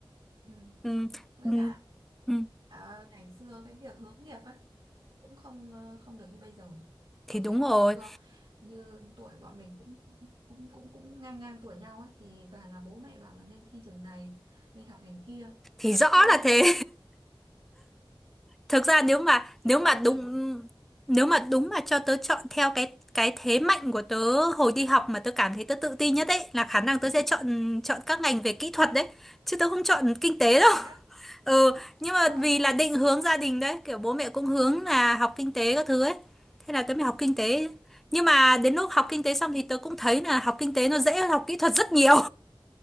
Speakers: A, on the right; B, in the centre.
A: ừ.
B: ừ.
A: với
B: Ừ.
A: cả
B: Ừ.
A: à, ngày xưa cái việc hướng nghiệp ấy nó cũng không ờ, không được như bây giờ cậu
B: thì đúng
A: thấy không
B: rồi
A: ngày xưa như tuổi bọn mình cũng cũng cũng cũng ngang ngang tuổi nhau ấy thì toàn là bố mẹ bảo là nên thi trường này nên học ngành kia
B: thì rõ
A: chứ
B: là thế thực ra nếu mà
A: chứ
B: nếu mà
A: chứ
B: đúng
A: mình cũng
B: nếu mà đúng mà cho tớ chọn theo cái cái thế mạnh của tớ hồi đi học mà tớ cảm thấy tớ tự tin nhất ấy là khả năng tớ sẽ chọn chọn các ngành về kỹ thuật đấy chứ tớ không chọn kinh tế đâu
A: thế
B: <laughs> ừ nhưng mà
A: Ờ,
B: vì
A: <laughs>
B: là định hướng gia đình đấy kiểu bố mẹ cũng hướng là học kinh tế các thứ ấy thế là tớ mới học kinh tế
A: ừ
B: nhưng mà đến lúc học kinh tế xong thì tớ cũng thấy là học kinh tế nó dễ hơn học kỹ thuật rất nhiều